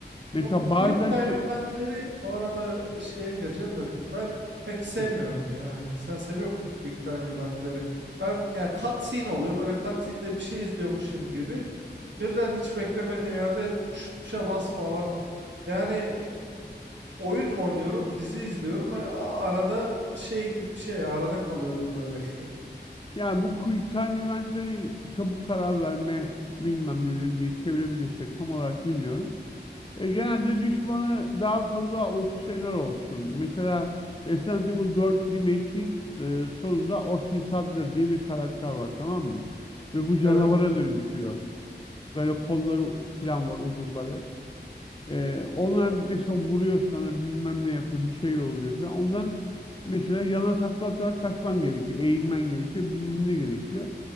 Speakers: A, on the left; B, on the right.
A: Mesela
B: Ama bu
A: bazen
B: quick time
A: şey
B: eventleri bu arada şeye gireceğim de ben pek sevmiyorum
A: evet.
B: ya hani sen seviyor musun quick time eventleri? Ben ya cutscene oluyor böyle cutscene'de bir şey izliyormuşum gibi Birden hiç beklemediğim yerde şu tuşa bas falan. Yani e, oyun mu oynuyorum, dizi izliyorum. A- Arada şey gibi bir şey, arada kalıyorum böyle. <laughs>
A: yani bu quick time eventleri çabuk karar verme bilmem neleri diye çevirebilirsek tam olarak bilmiyorum. E, genelde düşmanı daha fazla opsiyonel olsun. Mesela Resident Evil 4 Remake'in e, sonunda Osmin Saddler diye bir karakter var tamam mı? Ve bu canavara
B: Evet.
A: dönüşüyor. Böyle kolları falan var uzuvları. Ee, onlar mesela vuruyor sana bilmem ne yapıyor bir şey oluyor falan. Ondan mesela yana takla atarak kaçman gerekiyor. Eğilmen gerekiyor bilmem ne gerekiyor.